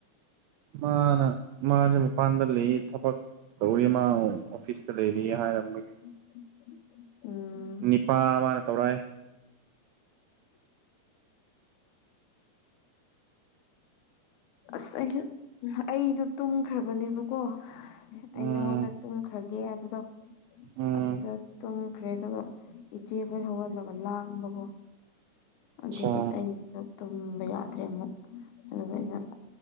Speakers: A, on the right; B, on the left.
A: ꯃꯥꯅ ꯃꯥꯖꯦ ꯃꯄꯥꯟꯗ ꯂꯩꯌꯦ ꯊꯕꯛ ꯇꯧꯔꯤ ꯃꯥ ꯑꯣꯐꯤꯁꯇ ꯂꯩꯔꯤ ꯍꯥꯏꯔꯝꯕꯒꯤ
B: <inaudible> ꯎꯝ
A: ꯅꯤꯄꯥ ꯑꯃꯔ ꯇꯧꯔꯛ ꯑꯦ
B: ꯑꯁ ꯑꯩꯖꯨ ꯅꯍ ꯑꯩꯗꯣ ꯇꯨꯝꯈ꯭ꯔꯕꯅꯦꯕꯀꯣ
A: ꯎꯝ
B: ꯑꯩ ꯅꯪꯉꯣꯟꯗ ꯇꯨꯝꯈ꯭ꯔꯒꯦ ꯍꯥꯏꯕꯗꯣ
A: ꯎꯝ
B: ꯑꯗꯨꯗ ꯇꯨꯝ ꯈ꯭ꯔꯦ ꯑꯗꯨꯒ ꯏꯆꯦ ꯈꯣꯏ ꯍꯧꯒꯠꯂꯒ ꯂꯥꯡꯕꯒꯣ ꯑꯗꯨꯏ
A: ꯑꯆꯥ
B: ꯑꯩ ꯇꯨꯝꯕ ꯌꯥꯗ꯭ꯔꯦ ꯑꯃꯨꯛ ꯑꯗꯨꯒ ꯑꯩꯅ